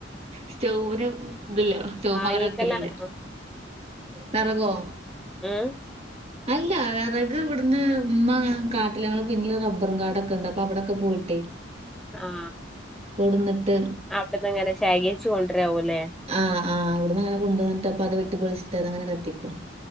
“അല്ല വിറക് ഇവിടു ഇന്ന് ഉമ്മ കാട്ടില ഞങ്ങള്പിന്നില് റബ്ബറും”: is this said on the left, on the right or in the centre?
Right